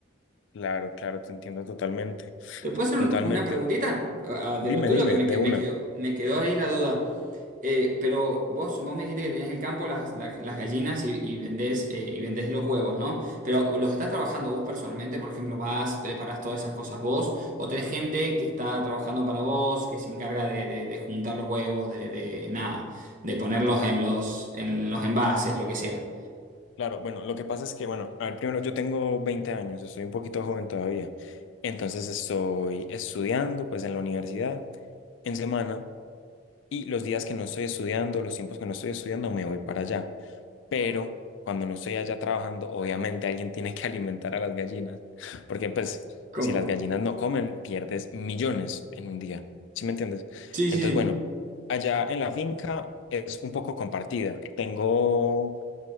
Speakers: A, on the left (about 70°); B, on the right (about 40°).
A: Claro, claro, te entiendo totalmente.
B: ¿Te puedo hacer
A: Totalmente.
B: un- una preguntita Ah, ah, de
A: Dime,
B: lo tuyo
A: dime,
B: que me,
A: de
B: que-
A: una.
B: me quedó, me quedó ahí la duda? Eh, pero vos, vos me dijiste que tenés el campo, las, la- las gallinas y, y vendés, eh, y vendés los huevos, ¿no? Pero ¿los estás trabajando vos personalmente? Por ejemplo, ¿vas, preparás todas esas cosas vos? ¿O tenés gente que está trabajando para vos, que se encarga de, de- de juntar los huevos, de, de nada, de ponerlos en los, en los envases, lo que sea?
A: Claro, bueno, lo que pasa es que, bueno, a ver, primero yo tengo 20 años, estoy un poquito joven todavía, entonces estoy estudiando pues en la universidad en semana y los días que no estoy estudiando, los tiempos que no estoy estudiando me voy para allá, pero cuando no estoy allá trabajando, obviamente alguien tiene que <laughs> alimentar a las gallinas, porque pues
B: ¿Cómo?
A: si las gallinas no comen, pierdes millones en un día, ¿sí me entiendes?
B: Sí, sí,
A: Entonces,
B: sí.
A: bueno, allá en la finca es un poco compartida, tengo